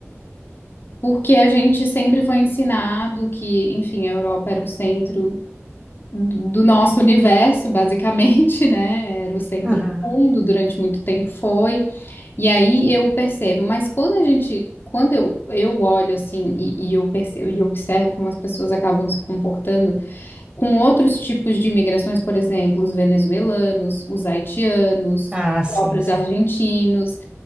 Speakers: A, on the left; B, on the right.
A: porque a gente sempre foi ensinado que, enfim, a Europa era o centro do do nosso universo, basicamente, <laughs> né? Era o centro
B: aham.
A: do mundo, durante muito tempo foi. E aí eu percebo, mas quando a gente, quando eu, eu olho assim e, e eu percebo e observo como as pessoas acabam se comportando com outros tipos de imigrações, por exemplo, os venezuelanos, os haitianos,
B: Ah,
A: os
B: sim,
A: próprios
B: sim,
A: argentinos.